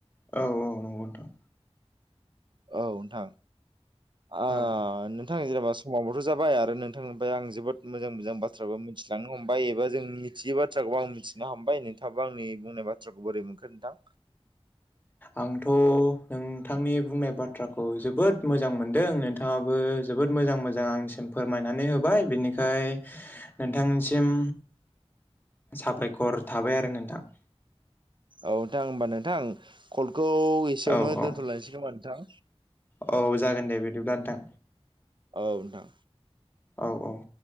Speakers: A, on the left (about 20°); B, on the right (about 50°).
A: औ औ नंगौ नोंथां
B: औ नोंथां आ
A: औ
B: नों नोंथां जेनेबा समाबोथ' जाबाय आरो नोंथांनिफ्राय आं जोबोद मोजां मोजां बाथ्राबो मिथिलांनो हमबाय एबा जोंनि मिथियै बाथ्राखौ आं मिथिनो हमबाय नोंथाङाबा आंनि बुंनाय बाथ्राखौ बोरै मोनखो नोंथां
A: आंथ' नोंथांनि बुंनाय बाथ्राखौ जोब जोबोद मोजां मोनदों नोंथाङाबो जोबोद मोजां मोजां आंनिसिम फोरमायनानै होबाय बिनिखाय नोंथांसिम साबायखर थाबाय आरो नोंथां
B: औ दां होमबानो नोंथां कलखौ एसेयावनो
A: औ औ
B: दोनथ'लायसै खोमा नोंथां
A: औ जागोन दे बिदिब्ला नोंथां
B: औ नोंथां
A: औ औ